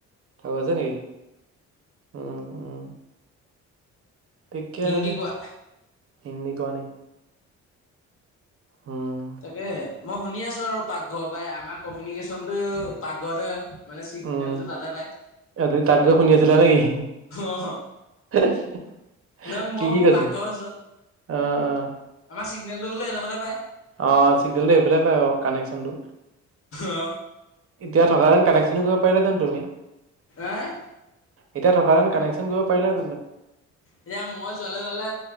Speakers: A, on the right (about 50°); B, on the left (about 45°).
A: থৈ গৈছে নেকি উম উম ঠিকে
B: হিন্দী
A: আছে।
B: কোৱা
A: হিন্দী কোৱা নি উম,
B: তাকে মই শুনি আছোঁ আৰু পাকঘৰ পাই, আমাৰ কমিউনিকেচনটো পাকঘৰতে হয়। মানে চিগনেলটো
A: উম,
B: তাতে পায়।
A: এ তুমি তাত গৈ শুনি আছিলা নেকি?
B: অঁহ
A: <unintelligible>
B: ন মই
A: কি
B: মোৰ
A: কৈছে?
B: পাকঘৰ ওচৰত,
A: অ', অ',
B: আমাৰ চিগনেলটো বোলে এইদখতে
A: অ চিগনেলটো সেইফালে পায় বাৰু কানেকচনটো।
B: অ
A: এতিয়া থকা হেতেন কানেকচনো কৰিব পাৰিলা হেতেন তুমি।
B: এহ
A: এতিয়া থকা হেতেন কানেকচন কৰিব পাৰিলা হ
B: এতিয়া মই যোৱা জলে